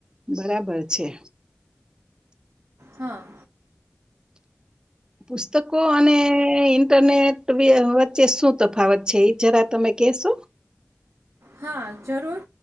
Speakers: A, on the right (about 15°); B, on the right (about 75°).
A: બરાબર છે.
B: હા.
A: પુસ્તકો અને ઈન્ટરનેટ વચ્ચે શું તફાવત છે? એ જરા તમે કહેશો?
B: હા, જરૂર.